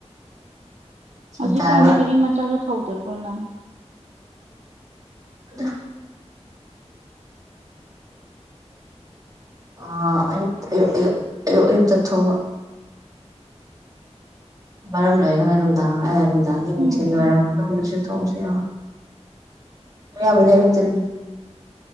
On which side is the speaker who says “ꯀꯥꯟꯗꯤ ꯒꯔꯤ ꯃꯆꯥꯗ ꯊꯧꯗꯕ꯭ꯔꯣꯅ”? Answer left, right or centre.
Right